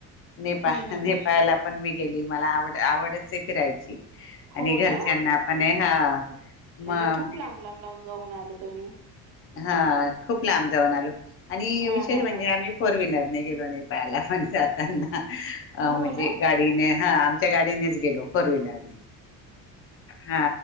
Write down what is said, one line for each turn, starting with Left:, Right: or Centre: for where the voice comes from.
Left: नेपा
Right: हम्म हम्म
Left: नेपाळला
Right: हम्म
Left: पण. गेली मला आवड आवडच आहे फिरायची. आणि
Right: हो
Left: घरच्यांना
Right: ना
Left: पण हा
Right: नाही
Left: मग
Right: नाही खूप लांब लांब लावून जाऊन आले तुम्ही.
Left: हा खूप लांब जाऊन आलो, आणि
Right: हा
Left: विशेष
Right: हा
Left: म्हणजे
Right: हा
Left: आम्ही फोर व्हीलर. नाही गेलो नाही पाहायला पण जाताना
Right: हो
Left: अ म्हणजे
Right: ना
Left: गाडीने. हा आमच्या गाडीनेच गेलो, फोर व्हीलरने. हा